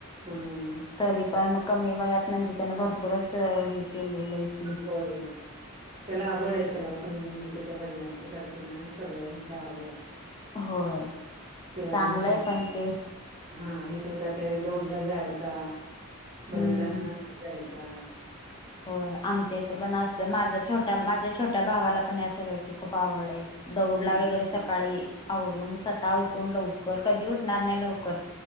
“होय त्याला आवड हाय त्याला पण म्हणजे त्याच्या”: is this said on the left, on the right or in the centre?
Right